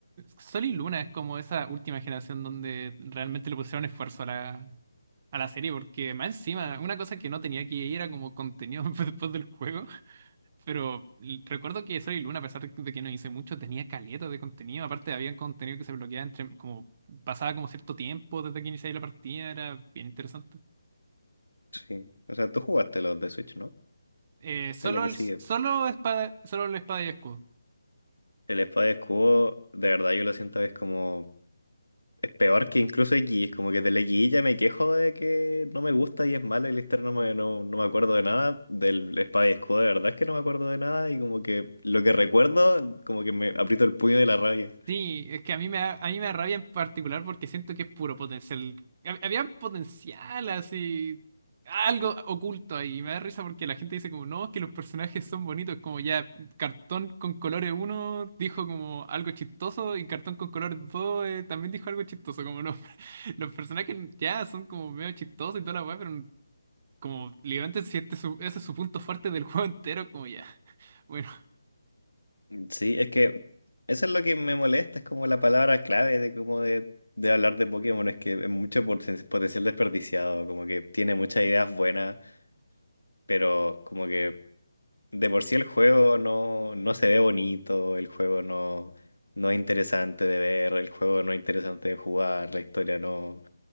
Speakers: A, on the right; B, on the left.
A: Sol y Luna es como esa última generación donde realmente le pusieron esfuerzo a la, a la serie, porque más encima, una cosa que no tenía que ir era como contenido <laughs> después del juego. Pero l- recuerdo que Sol y Luna, a pesar de que no hice mucho, tenía caleta de contenido. Aparte, había contenido que se bloqueaba entre, como, pasaba como cierto tiempo desde que iniciaba la partida, era bien interesante.
B: Sí. O sea, tú jugaste los de Switch, ¿no?
A: Eh, solo
B: Es la que
A: el,
B: sigue.
A: solo espada, solo la espada y escudo.
B: El espada y escudo, de verdad yo lo siento que es como es peor que incluso X, es como que de la X ya me quejo de que no me gusta y es malo y Lister no me, no, no me acuerdo de nada. Del Espada y Escudo de verdad es que no me acuerdo de nada y como que lo que recuerdo como que me aprieto el puño de la rabia.
A: Sí, es que a mí me da, a mí me da rabia en particular porque siento que es puro potencial. Hab- Había potencial así, algo oculto ahí. Y me da risa porque la gente dice como, no, es que los personajes son bonitos, como ya Cartón con colores uno dijo como algo chistoso y Cartón con colores 2 eh, también dijo algo chistoso, como no. <laughs> Los personajes ya son como medio chistosos y toda la weá, pero como literalmente si este es su- ese es su punto fuerte del juego entero, como ya. <laughs> bueno.
B: Sí, es que eso es lo que me molesta, es como la palabra clave de como de, de hablar de Pokémon, es que es mucho poten- potencial desperdiciado, como que tiene muchas ideas buenas, pero como que De por sí el juego no, no se ve bonito, el juego no, no es interesante de ver, el juego no es interesante de jugar, la historia no...